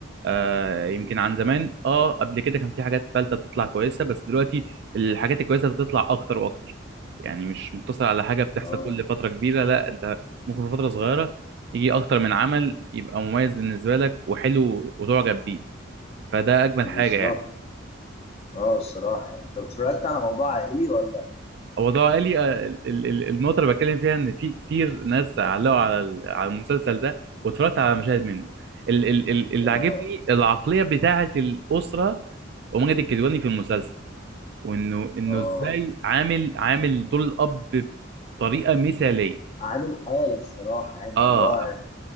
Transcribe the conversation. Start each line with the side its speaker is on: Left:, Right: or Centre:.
Right: آه، يمكن عن زمان اه قبل كده كان في حاجات فلتة بتطلع كويسة بس دلوقتي الحاجات الكويسه بتطلع اكتر واكتر يعني مش مقتصر على حاجه بتحصل
Left: اه
Right: كل فتره كبيره لا انت ممكن في فتره صغيره يجي اكتر من عمل يبقى مميز بالنسبه لك وحلو وتعجب بيه فده اجمل
Left: بالظبط
Right: حاجه يعني
Left: اه الصراحة يعني انت اتفرجت على موضوع عائلي ولا؟
Right: هو ده قالي آه، ال- ال- ال- النقطه اللي بتكلم فيها ان في كتير ناس علقوا على ال- على المسلسل ده واتفرجت على مشاهد منه ال- ال- ال- اللي
Left: اه
Right: عاجبني العقليه بتاعه الاسره وماجد الكدواني في المسلسل وانه انه
Left: اه
Right: ازاي عامل عامل دور الاب بطريقه مثاليه
Left: عامل حالة الصراحة يعني
Right: اه
Left: اللي هو